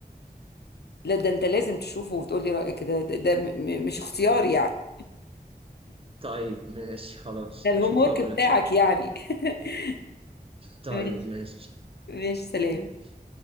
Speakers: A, on the left; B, on the right.
A: لا ده انت لازم تشوفه وتقولي رأيك ده ده, ده م- م- مش اختيار يعني
B: طيب ماشي خلاص
A: ده الهوم
B: هشوفه
A: ورك
B: واقول
A: بتاعك
B: لك رأيي
A: يعني <laughs>
B: طيب
A: ماشي
B: ماشي
A: ماشي سلام
B: ماشي